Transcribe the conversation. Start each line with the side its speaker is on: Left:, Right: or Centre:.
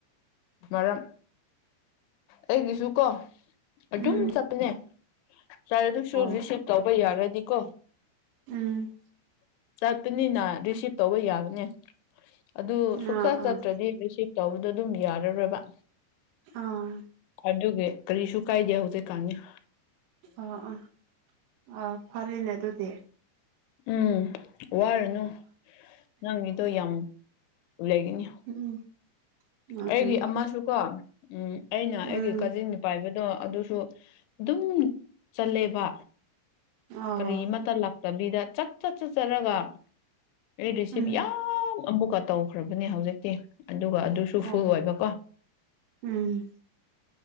Left: ꯃꯔꯝ ꯑꯩꯒꯤꯁꯨ ꯀꯣ ꯑꯗꯨꯝ
Right: ꯎꯝ
Left: ꯆꯠꯄꯅꯦ ꯌꯥꯔꯦ ꯑꯗꯨꯁꯨ
Right: ꯑꯣ
Left: ꯔꯤꯁꯤꯞ ꯇꯧꯕ ꯌꯥꯔꯗꯤꯀꯣ
Right: ꯎꯝ
Left: ꯆꯠꯄꯅꯤꯅ ꯔꯤꯁꯤꯞ ꯇꯧꯕ ꯌꯥꯒꯅꯤ ꯑꯗꯨ
Right: ꯑꯥ
Left: ꯁꯨꯛꯆꯠ
Right: ꯑꯥ
Left: ꯆꯠꯇ꯭ꯔꯗꯤ ꯔꯤꯁꯤꯞ ꯇꯧꯕꯗꯨ ꯑꯗꯨꯝ ꯌꯥꯔꯔꯣꯏꯕ
Right: ꯑꯥ
Left: ꯑꯗꯨꯒꯤ ꯀꯔꯤꯁꯨꯨ ꯀꯥꯏꯗꯦ ꯍꯧꯖꯤꯛꯀꯥꯥꯟꯗꯤ
Right: ꯑꯥ ꯑ ꯑꯥ ꯐꯔꯦꯅꯦ ꯑꯗꯨꯗꯤ
Left: ꯎꯝ ꯋꯥꯔꯨꯅꯨ ꯅꯪꯒꯤꯗꯣ ꯌꯥꯝ ꯂꯩꯒꯅꯤ
Right: ꯎꯝ ꯎꯝ
Left: ꯑꯩꯒꯤ ꯑꯃꯁꯨꯀꯣ ꯎꯝ ꯑꯩꯅ
Right: ꯎꯝ
Left: ꯑꯩꯒꯤ ꯀꯥꯖꯤꯟ ꯄꯥꯏꯕꯗꯣ ꯑꯗꯨꯁꯨ ꯑꯗꯨꯝ ꯆꯜꯂꯦꯕ
Right: ꯑꯣ
Left: ꯀꯔꯤ ꯑꯃꯇ ꯂꯥꯛꯇꯕꯤꯗ ꯆꯠ ꯆꯠ ꯆꯠ ꯆꯠꯔꯒ ꯑꯩ ꯔꯤꯁꯤꯞ
Right: ꯎꯝ
Left: ꯌꯥꯝ ꯑꯃꯨꯛꯀ ꯇꯧꯈ꯭ꯔꯕꯅꯦ ꯍꯧꯖꯤꯛꯇꯤ ꯑꯗꯨꯒ ꯑꯗꯨ ꯁꯨ
Right: ꯑꯣ
Left: ꯐꯨꯜ ꯑꯣꯏꯕꯀꯣ
Right: ꯎꯝ